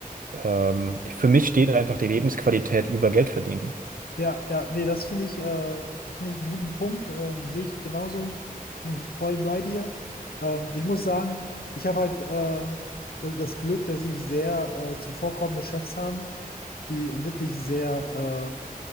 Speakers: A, on the right (about 65°); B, on the left (about 90°).
A: ähm, ich, für mich steht einfach die Lebensqualität über Geld verdienen.
B: Ja, ja, nee, das finde ich, äh, finde ich einen guten Punkt. Ähm, sehe ich genauso, bin ich voll bei dir. Ähm, ich muss sagen, ich habe halt äh, das, das Glück, dass ich sehr äh, zuvorkommende Chefs habe, die wirklich sehr, äh,